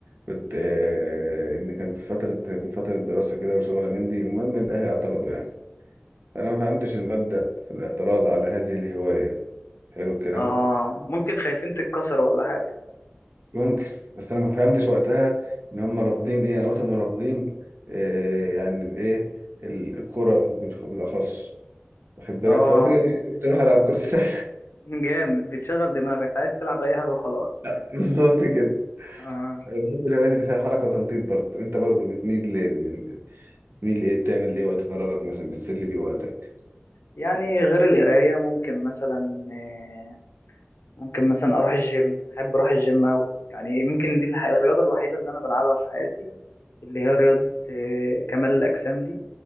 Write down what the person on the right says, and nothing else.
كنت آه، إن كان في فترة في فترة دراسة كده وشغلة من دي المهم الأهلي اعترضوا يعني فأنا ما فهمتش المبدأ في الاعتراض على هذه الهواية حلو الكلام
ممكن بس أنا ما فهمتش وقتها إن هم رافضين إيه أنا قلت هم رافضين آه يعني الإيه ال- الكرة بالأخص واخد بالك
فقلت كده قلت أروح ألعب كرة السلة
<laughs> بالظبط كده
أنا بحب الهوايات اللي فيها حركة وتنطيط برضه أنت برضه بتميل ل... ل- بتميل لإيه بتعمل إيه وقت فراغك مثلا بتسلي بيه وقتك